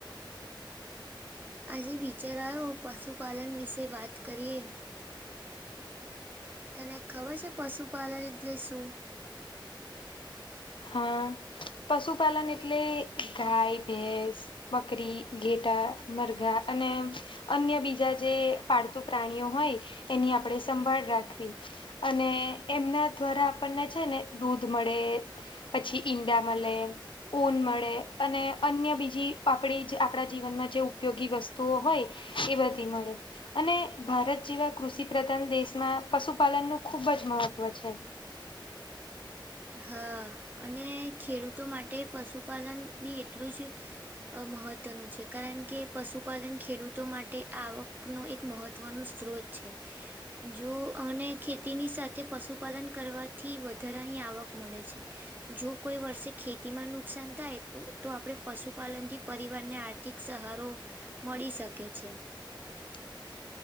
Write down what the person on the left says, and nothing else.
હા પશુપાલન એટલે ગાય, ભેસ બકરી, ઘેટા, મરઘા અને અન્ય બીજા જે પાળતું પ્રાણીઓ હોય એની આપણે સંભાળ રાખવી. અને એમના દ્વારા આપણને છે, ને દૂધ મળે. પછી ઈંડા મલે. ઊન મળે અને અન્ય બીજી આપણી જે આપણા જીવનમાં જે ઉપયોગી વસ્તુઓ હોય. ઇ બધી મળે. અને ભારત જેવા કૃષિ પ્રધાન દેશમાં પશુપાલનનું ખૂબ જ મહત્વ છે.
<unintelligible>